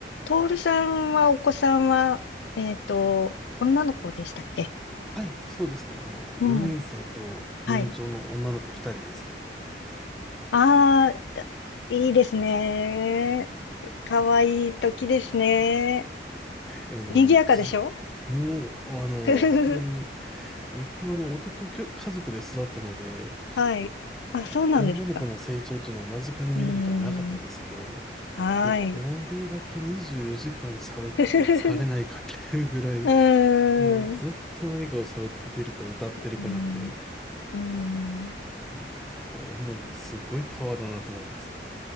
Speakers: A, on the left; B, in the centre.
A: トールさんは、お子さんは、えっと、女の子でしたっけ
B: はい、そうですね。あの、4年生と年長の女の子2人ですね。
A: うん。はい。ああ、いいですね。かわいい時ですね。
B: でも、
A: 賑やかでしょ
B: あの、じ、もう、あの、
A: ふふふ
B: 本当に、僕はあの、男きょ家族で育ったので、
A: <laughs> はい。あ、そうなんですか。
B: 女の子の成長というのを間近に見ることはなかったんですけど、
A: うーん。はい。
B: もうこれだけ24時間喋ってて疲れないかっていうぐらい、
A: <laughs> ふふふうー
B: もうずっと何かを喋っててるか歌ってるかなんで、
A: ん。うーん。うーん
B: あー女の子すごいパワーだなと思います。